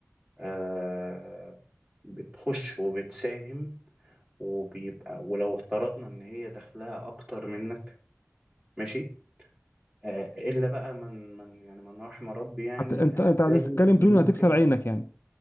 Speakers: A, on the right; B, on the left.
A: آه، بتخش وبتساهم وبيبقى ولو افترضنا ان هي دخلها اكتر منك ماشي آه، الا بقى من من يعني من رحم ربي يعني
B: هت- انت
A: هتلاقي
B: انت عايز
A: ان
B: تتكلم
A: ممكن
B: بدون ما هتكسر عينك يعني